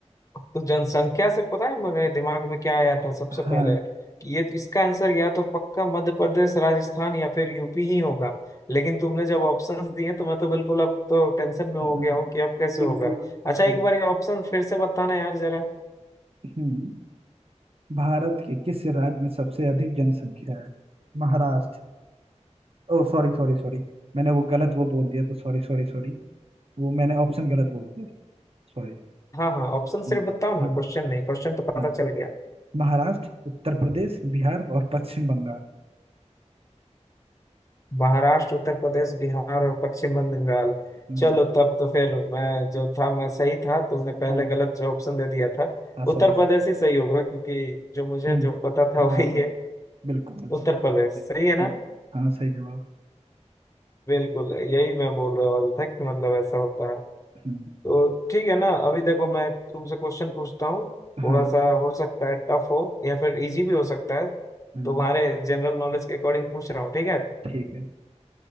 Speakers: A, on the left; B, on the right.
A: तो जनसंख्या से पता है मेरे दिमाग में क्या आया था सबसे
B: हाँ
A: पहले कि ये इसका आंसर या तो पक्का मध्य प्रदेश राजस्थान या फिर यूपी ही होगा लेकिन तुमने जब ऑप्शंस दिए तो मैं तो बिल्कुल अब तो टेंशन में हो
B: हम्म,
A: गया हूँ कि अब कैसे
B: बिल्कुल
A: होगा अच्छा एक
B: हम्म।
A: बार ये ऑप्शन फिर से बताना यार जरा
B: हम्म भारत के किस राज्य में सबसे अधिक जनसंख्या है महाराष्ट्र ओ सॉरी सॉरी सॉरी मैंने वो गलत वो बोल दिया तो सॉरी सॉरी सॉरी वो मैंने ऑप्शन गलत बोल दिया सॉरी
A: हाँ हाँ ऑप्शन सिर्फ
B: हम्म
A: बताओ ना
B: हम्म
A: क्वेश्चन नहीं क्वेश्चन तो पता
B: हाँ
A: चल गया
B: महाराष्ट्र उत्तर प्रदेश बिहार और पश्चिम बंगाल
A: महाराष्ट्र उत्तर प्रदेश बिहार और पश्चिम बंगाल
B: हम्म
A: चलो तब तो फिर मैं जो था मैं सही था तुमने पहले
B: हाँ
A: गलत जो ऑप्शन दे दिया था
B: हाँ
A: उत्तर
B: सॉरी सर
A: प्रदेश ही सही होगा क्योंकि जो मुझे
B: हम्म
A: जो पता था
B: हाँ
A: <laughs> वही
B: हाँ
A: है
B: बिल्कुल बिल्कुल
A: उत्तर प्रदेश
B: सही,
A: सही है
B: हाँ
A: ना
B: हाँ सही जवाब
A: बिल्कुल यही मैं बोलने वाला था कि मतलब ऐसा होता है
B: हम्म
A: तो ठीक है ना अभी देखो मैं तुमसे क्वेश्चन पूछता हूँ थोड़ा
B: हाँ
A: सा हो सकता है टफ हो या फिर इजी भी हो सकता है
B: हम्म
A: तुम्हारे जनरल नॉलेज के अकॉर्डिंग पूछ रहा हूँ ठीक है
B: ठीक है